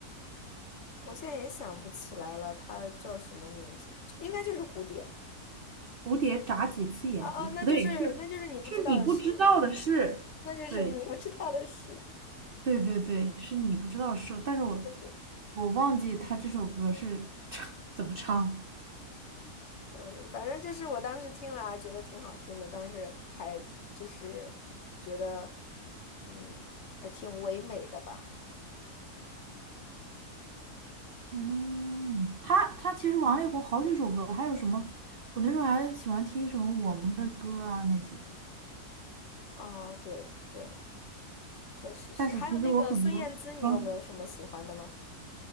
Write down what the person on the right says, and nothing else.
蝴蝶眨几次眼睛？
不对，是是你不知道的事。
对对对对，是你不知道的事，但是我
我忘记他这首歌是 <laughs> 怎么唱。
嗯，他他其实王力宏好几首歌，还有什么？我那时候还喜欢听什么我们的歌啊那些。
但是其实我很多，
嗯，